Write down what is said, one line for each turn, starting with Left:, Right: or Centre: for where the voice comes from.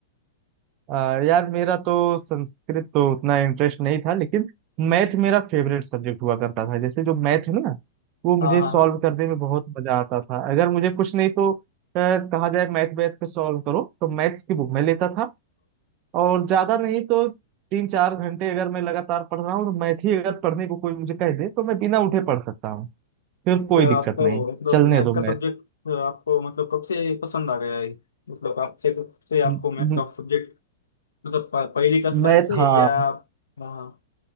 Right: आ, यार मेरा तो संस्कृत तो उतना इंटरेस्ट नहीं था लेकिन मैथ मेरा फेवरेट सब्जेक्ट हुआ करता था जैसे जो मैथ है ना वो मुझे
Left: हाँ हाँ
Right: सॉल्व
Left: हाँ
Right: करने में बहुत मजा आता था अगर मुझे कुछ नहीं तो अ, कहा जाए मैथ मैथ पे सॉल्व करो तो मैथ्स की बुक मैं लेता था और ज्यादा नहीं तो तीन चार घंटे अगर मैं लगातार पढ़ रहा हूँ तो मैथ ही अगर पढ़ने को कोई मुझे कह दे तो मैं बिना उठे पढ़ सकता हूँ फिर कोई
Left: यार
Right: दिक्कत
Left: आपको
Right: नहीं
Left: मतलब
Right: चलने
Left: मैथ
Right: दो
Left: का सब्जेक्ट आपको मतलब कब से पसंद आ गया है मतलब आपसे कब से आपको
Right: मैथ
Left: मैथ का सब्जेक्ट मतलब प- पहली कक्षा
Right: मैथ
Left: से
Right: हाँ
Left: या हाँ